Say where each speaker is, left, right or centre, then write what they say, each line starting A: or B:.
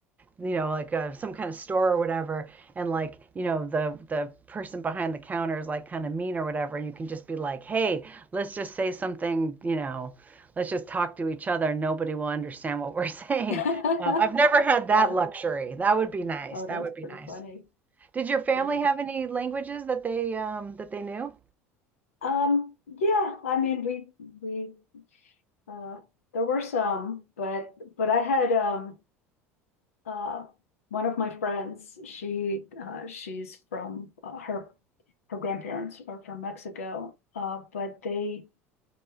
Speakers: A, on the right; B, on the left.
A: you know, like uh, some kind of store or whatever, and like, you know, the the person behind the counter is like kind of mean or whatever, and you can just be like, hey, let's just say something, you know, let's just talk to each other. Nobody will understand what we're <laughs> saying.
B: <laughs>
A: Um, I've never had
B: Yeah.
A: that luxury. That would be nice.
B: Oh,
A: That
B: that's
A: would be
B: pretty
A: nice.
B: funny.
A: Did your family
B: Yeah.
A: have any languages that they um, that they knew?
B: Um, yeah, I mean we we uh there were some, but but I had um uh, one of my friends, she, uh, she's from, uh, her, her grandparents are from Mexico, uh, but they